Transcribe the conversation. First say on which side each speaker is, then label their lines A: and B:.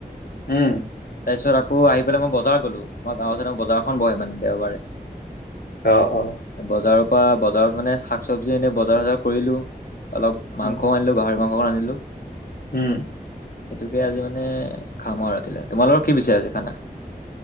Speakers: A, on the left; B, on the left.
A: উম।
B: তাৰপিছত আকৌ আহি পেলাই মই বজাৰ গ'লো আমাৰ গাঁওৰ ওচৰতে বজাৰখন বহে মানে দেওবাৰে।
A: অ', অ'।
B: বজাৰৰ পৰা বজাৰত মানে শাক চবজি এনে বজাৰ চজাৰ কৰিলোঁ। অলপ মাংসও
A: উম
B: আনিলোঁ গাহৰি মাংস অকন আনিলোঁ।
A: উম।
B: সেইটোকে আজি মানে খাম আৰু ৰাতিলে তোমালোকৰ কি পিছে আজি খানা?